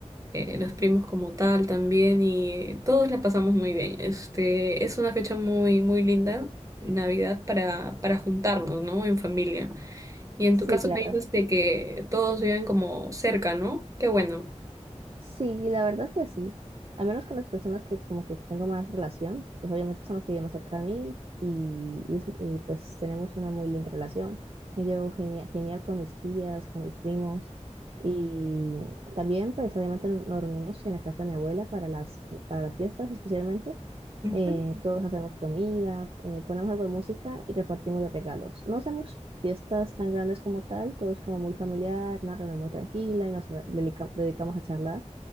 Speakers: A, on the right; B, on the right.
A: eh, los primos como tal también y todos la pasamos muy bien. Este, es una fecha muy, muy linda, Navidad, para, para juntarnos, ¿no? En familia. Y en
B: Sí,
A: tu caso
B: claro.
A: me dices de que todos viven como cerca, ¿no? Qué bueno.
B: Sí, la verdad es que sí. Al menos con las personas que como que tengo más relación, pues obviamente son los que viven más cerca de mí y, y es- y, pues tenemos una muy linda relación. Me llevo genia- genial con mis tías, con mis primos y también pues obviamente nos nos reunimos en la casa de mi abuela para las, para las fiestas especialmente.
A: Ujú,
B: Eh, todos hacemos comida, eh, ponemos algo de música y repartimos los regalos. No hacemos fiestas tan grandes como tal, todo es como muy familiar, una reunión muy tranquila y nos re- dedica- dedicamos a charlar